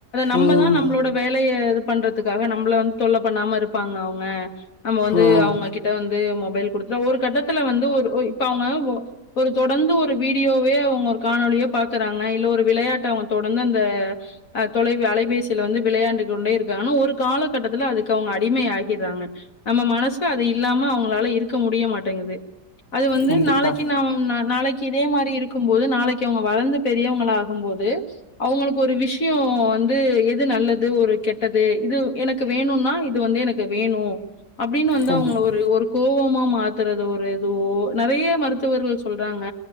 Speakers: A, on the left; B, on the left.
A: நம்ம
B: ம்
A: தான் நம்மளோட வேலையை இது பண்றதுக்காக நம்மள வந்து தொல்ல பண்ணாம இருப்ப ங்க அவங்க நம்ம வந்து
B: ம்
A: அவங்ககிட்ட வந்து மொபைல் குடுத்துல ஒரு கட்டத்துல வந்து ஒரு இப்ப அவங்க ஒரு தொடர்ந்து ஒரு வீடியோவே அவங்க ஒரு காணொலியே பாக்குறாங்க இல்ல ஒரு விளையாட்டு அவங்க தொடர்ந்து அந்த தொலை அலைபேசியில் வந்து விளையாண்டு கொண்டே இருக்க ஒரு காலகட்டத்தில் அதுக்கு அவங்க அடிமை ஆகிறாங்க நம்ம மனசு அது இல்லாம அவங்களால இருக்க முடிய மாட்ட ங்குது அது வந்து
B: கண்டிப்பா
A: நாளைக்கு நாம நாளைக்கு இதே மாரி இருக்கும் போது நாளைக்கு அவங்க வளர்ந்து பெரியவங்கள போது அவங்களுக் ஒரு விஷயம் வந்து எது நல்லது ஒரு கெட்டது இது எனக்கு வேணும்னா இது வந்து எனக்கு வேணும் அப்படின்னு வந்து
B: கண்டிப்பா
A: அவங்க ஒரு ஒரு கோபமா மாத்துறது ஒரு இதுவோ நெறைய மருத்துவர்கள் சொல்றாங்க